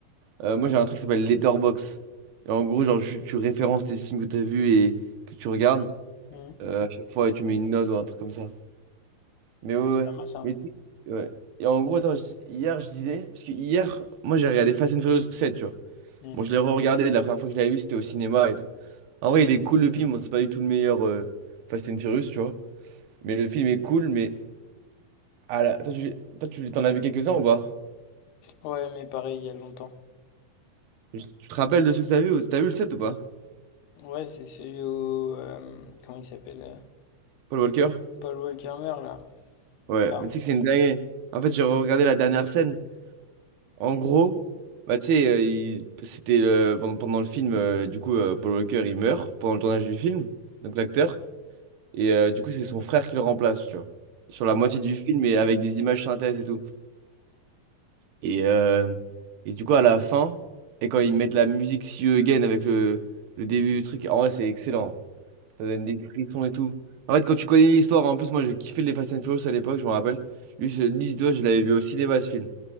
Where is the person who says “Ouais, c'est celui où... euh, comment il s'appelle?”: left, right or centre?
Left